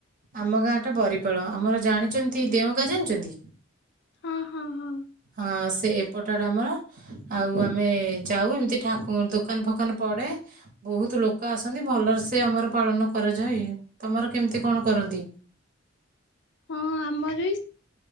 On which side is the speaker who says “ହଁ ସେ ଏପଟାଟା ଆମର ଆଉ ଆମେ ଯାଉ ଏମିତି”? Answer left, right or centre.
Right